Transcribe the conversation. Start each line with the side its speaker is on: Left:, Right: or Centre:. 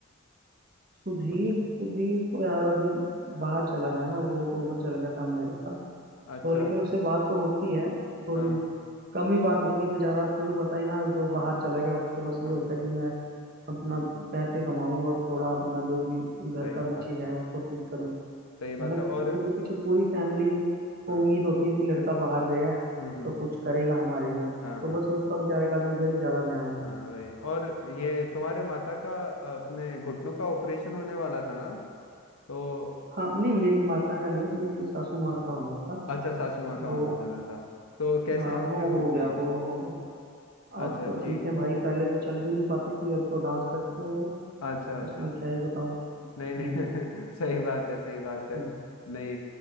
Right: सुधीर
Left: उससे
Right: सुधीर तो यार अभी बाहर चला गया ना वो तो उधर चला गया था अमेरिका
Left: अच्छा
Right: तो लेकिन उससे बात तो होती है थोड़ी
Left: हाँ
Right: कम ही बात होती है बेचारा अब तुम्हें पता ही ना जो
Left: हाँ
Right: बाहर चला गया उसको बस ये
Left: हाँ
Right: होता
Left: हाँ
Right: है कि मैं अपना
Left: हाँ
Right: पैसे कमाऊं और थोड़ा अपना जो भी
Left: सही
Right: घर का पीछे
Left: बात
Right: है
Left: है
Right: उसको ठीक करूं
Left: सही बात
Right: है ना क्योंकि
Left: है और
Right: क्योंकि पीछे पूरी फैमिली को
Left: हाँ
Right: उम्मीद होती है कि लड़का बाहर गया है
Left: हम्म हम्म
Right: तो कुछ करेगा हमारे लिए
Left: हाँ
Right: तो
Left: हाँ
Right: बस उसका बेचारे का भी उधर ही ज्यादा ध्यान है
Left: हाँ वही और ये तुम्हारे माता का अ, अपने घुटनों का ऑपरेशन होने वाला था ना तो
Right: हाँ नहीं मेरी माता का नहीं मेरी सासू माँ का होना था
Left: अच्छा सासू माँ का होने
Right: वो
Left: वाला था तो कैसे
Right: हाँ
Left: हैं उनके
Right: वो
Left: घुटने
Right: हो गया
Left: अभी
Right: वो हो गया अब
Left: अच्छा
Right: तो
Left: ठीक
Right: ठीक है
Left: है
Right: भाई
Left: ना
Right: पहले तो चल भी नहीं पाती थी अब तो डांस करती है वो
Left: अच्छा अच्छा
Right: उसमें क्या ही बताऊँ
Left: नहीं
Right: हम्म
Left: नहीं <laughs> सही बात है सही बात है
Right: हम्म,
Left: नहीं